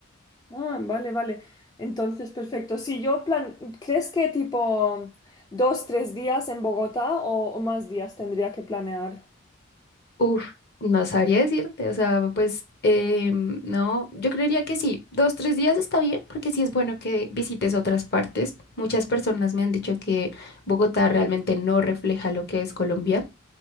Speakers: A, on the left; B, on the left.
A: Ah, vale, vale. Entonces, perfecto. Si yo plan, ¿crees que tipo dos, tres días en Bogotá o, o más días tendría que planear?
B: Uf, no sabría decirte, o sea, pues em, no, yo creería que sí, dos, tres días está bien, porque sí es bueno que visites otras partes. Muchas personas me han dicho que Bogotá realmente no refleja lo que es Colombia.